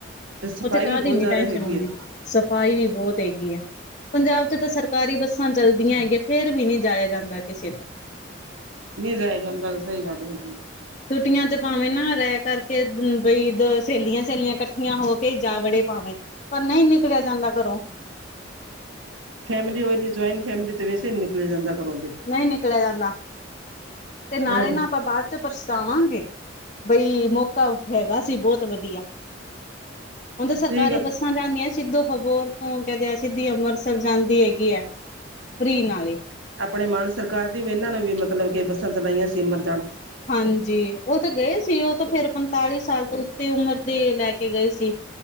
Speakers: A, on the right (about 85°); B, on the left (about 40°).
A: ਤੇ ਸਫ਼ਾਈ
B: ਉੱਥੇ ਕਾਹ
A: ਵੀ ਬਹੁਤ
B: ਦੀ ਨੀ
A: ਜ਼ਿਆਦਾ
B: ਟੈਸ਼ਨ
A: ਹੈਗੀ
B: ਹੁੰਦੀ
A: ਆ
B: ਸਫ਼ਾਈ ਵੀ ਬਹੁਤ ਹੈਗੀ ਹੈ। ਪੰਜਾਬ 'ਚ ਤਾਂ ਸਰਕਾਰੀ ਬੱਸਾਂ ਚੱਲਦੀਆਂ ਹੈਗੀਆਂ, ਫੇਰ ਵੀ ਨਹੀਂ ਜਾਇਆ ਜਾਂਦਾ ਕਿਸੇ ਤੋਂ
A: ਨਹੀਂ ਜਾਇਆ ਜਾਂਦਾ ਤਾਂ ਸਹੀ ਗੱਲ ਹੈਗੀ ਜੀ।
B: ਛੁੱਟੀਆਂ 'ਚ ਪਾਵੇਂ ਨਾ ਰਹਿ ਕਰਕੇ ਬਈ ਦ ਸਹੇਲੀਆਂ- ਸਹੇਲੀਆਂ ਇਕੱਠੀਆਂ ਹੋ ਕੇ ਜਾ ਵੜੇ ਪਾਵੇਂ। ਪਰ ਨਹੀਂ ਨਿਕਲਿਆ ਜਾਂਦਾ ਘਰੋਂ
A: ਫੈਮਲੀ ਜੁਆਇੰਟ ਫੈਮਿਲੀ ਤੇ ਵੈਸੇ ਨੀ ਨਿਕਲਿਆ ਜਾਂਦਾ ਘਰੋਂ ਤੇ
B: ਨਹੀਂ ਨਿਕਲਿਆ ਜਾਂਦਾ ਤੇ ਨਾਲੇ
A: ਹੁਣ
B: ਨਾ ਆਪਾਂ ਬਾਦ ਤੇ ਪਛਤਾਵਾਂਗੇ ਬਈ ਮੌਕਾ ਹੈਗਾ ਸੀ ਬਹੁਤ ਵਧੀਆ ਉਹਦੇ ਸਰਕਾਰੀ
A: ਸੀਗਾ
B: ਬੱਸਾਂ ਜਾਂਦੀਆਂ, ਸਿੱਧੋ ਹਬੋਰ ਤੋਂ ਕਹਿੰਦੇ ਆ ਸਿੱਧੀ ਅੰਮ੍ਰਿਤਸਰ ਜਾਂਦੀ ਹੈਗੀ ਹੈ। ਫਰੀ ਨਾਲੇ
A: ਆਪਣੇ ਮਾਣ ਸਰਕਾਰ ਦੀ ਵੀ ਇਹਨਾਂ ਨੂੰ ਵੀ ਮਤਲਬ ਕੇ ਬੱਸਾਂ ਚਲਾਈਆਂ ਸੀ ਅਮਰ ਜਾਨ
B: ਹਾਂਜੀ ਉਹ ਤਾਂ ਗਏ ਸੀ, ਉਹ ਤਾਂ ਫੇਰ ਪੰਤਾਲੀ ਸਾਲ ਤੋਂ ਉੱਤੇ ਉਮਰ ਦੇ ਲੈ ਕੇ ਗਏ ਸੀ।